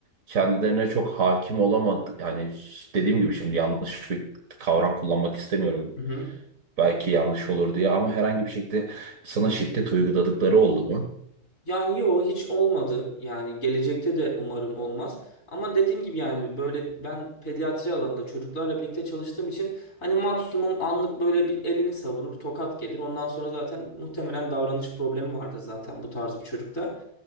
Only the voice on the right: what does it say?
kendilerine çok hakim olamadı. Yani dediğim gibi şimdi yanlış bir kavram kullanmak istemiyorum.
Belki yanlış olur diye ama herhangi bir şekilde sana şiddet uyguladıkları oldu mu?